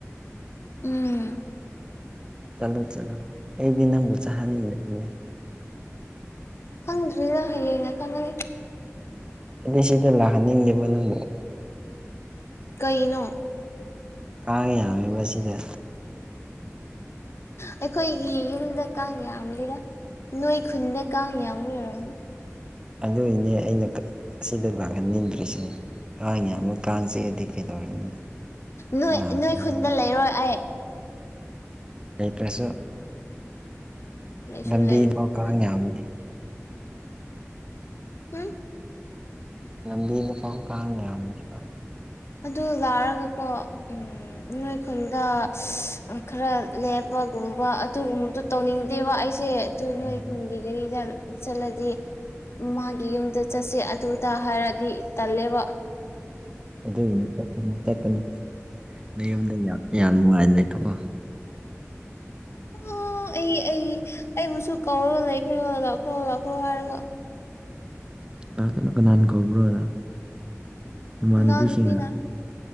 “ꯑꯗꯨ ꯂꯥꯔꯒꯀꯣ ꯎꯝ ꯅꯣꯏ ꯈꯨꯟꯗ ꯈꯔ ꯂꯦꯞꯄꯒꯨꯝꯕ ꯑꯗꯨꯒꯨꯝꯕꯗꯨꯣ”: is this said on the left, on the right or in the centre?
Left